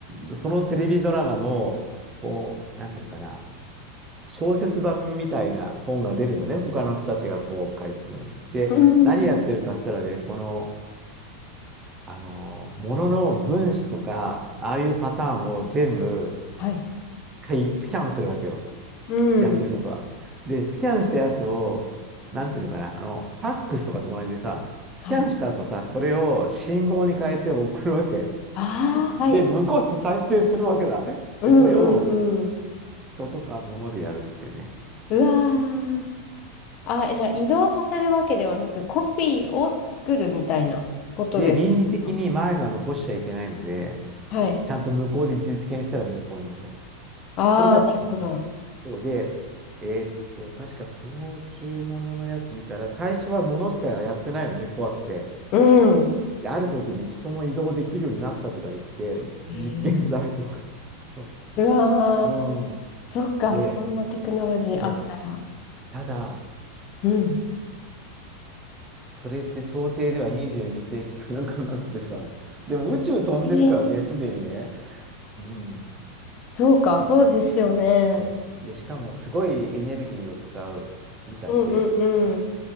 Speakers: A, on the right; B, on the left.
A: を、そのテレビドラマの、こう、なんていうのかな、小説版みたいな本が出るのね、他の人たちがこう書くのに。で、
B: うん、
A: 何やってるかしたらね、この、あの、ものの分子とか、ああいうパターンを全部、
B: はい。
A: 一回スキャンするわけよ。
B: うん、
A: やってることは。で、スキャンしたやつを、なんていうのかな、あの、ファックスとかと同じでさ、スキャンした後さ、
B: はい。
A: それを信号に変えて送るわけ。
B: ああ、
A: で、
B: はい。
A: 向こうで再生するわけだ。
B: うん、
A: で、それを
B: うん、うん。
A: 人とか物でやるっていうね。
B: うわー。あ、えじゃあ移動させるわけではなく、コピーを作るみたいなことですか。
A: で、倫理的に前のは残しちゃいけないので、
B: はい。
A: ちゃんと向こうで実現したら向こうに残る。
B: ああ、
A: それがうん、
B: なるほど。
A: そうで、えーっと、確かその宇宙物のやつ見たら、最初は物しかやってないのね、怖くて。
B: うん。
A: で、ある時に人も移動できるようになったとか言って、
B: ええ
A: 実験台とか。<laughs> そ
B: うわー、
A: うう
B: そっか、
A: ん。で、
B: そんなテクノロジーあったら。
A: そう。ただ、
B: うん。
A: それって想定では22世紀かなんかになっててさ。でも宇宙飛んでるからね、
B: えー、
A: すでにね。うん。
B: そうか、そうですよね。
A: そう。そう。で、しかもすごいエネルギーを使うみたいで、
B: うんうんうん。